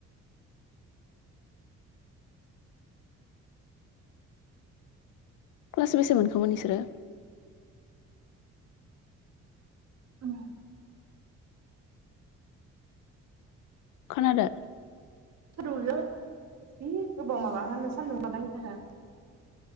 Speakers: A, on the left; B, on the right.
A: क्लास बेसे मोनखोमोन बिसोरो?
B: ओम
A: खोनादों
B: <unintelligible> जि गोबाव माबा होननो सानदुंआ नांथारा